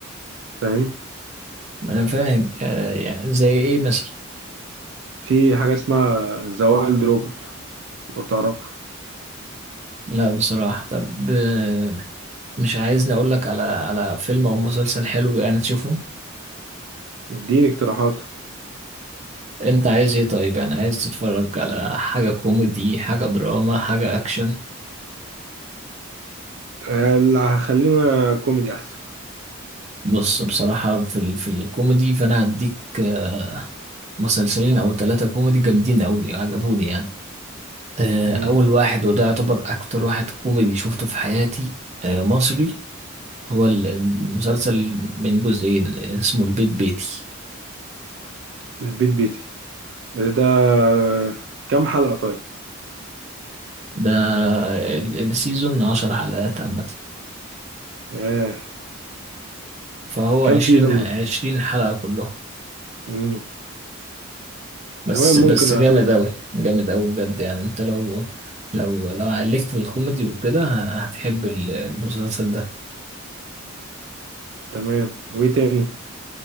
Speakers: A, on the right; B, on the right.
A: فاهم
B: انا فاهم آه، يعني زي ايه مثلا
A: في حاجة اسمها ذا وايلد روبوت لو تعرفه
B: لا بصراحة طب آه، مش عايزني اقول لك على على فيلم او مسلسل حلو يعني تشوفه
A: اديني اقتراحات
B: انت عايز ايه طيب يعني عايز تتفرج على حاجة كوميدي حاجة دراما حاجة اكشن
A: آه، اللي هخلينا كوميدي احسن
B: بص بصراحة في ال- في الكوميدي فانا هديك آه، مسلسلين او ثلاثة كوميدي جامدين قوي عجبوني يعني آه،
A: مم.
B: اول واحد وده يعتبر اكتر واحد كوميدي شفته في حياتي آه، مصري هو ال- المسلسل من جزئين اسمه البيت بيتي
A: البيت بيتي ده كام حلقة طيب
B: ده ال- السيزون عشر حلقات عامة
A: آه.
B: فهو
A: كام
B: عشرين
A: سيزون
B: عشرين حلقة كلهم
A: مم.
B: بس
A: تمام ممكن
B: بس
A: اشوفه
B: جامد أوي جامد أوي بجد يعني أنت لو لو لو عليك في الكوميدي وكده هتحب ال- المسلسل ده
A: تمام وايه تاني